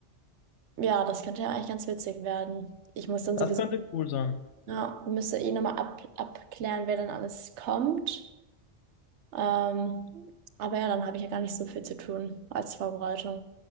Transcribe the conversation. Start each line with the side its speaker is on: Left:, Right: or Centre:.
Right: ja, das könnte ja eigentlich ganz witzig werden. Ich muss dann
Left: Das
Right: sowieso,
Left: könnte cool sein.
Right: ja, müsste eh nochmal ab, abklären, wer dann alles kommt. Ähm, aber ja, dann habe ich ja gar nicht so viel zu tun als Vorbereitung.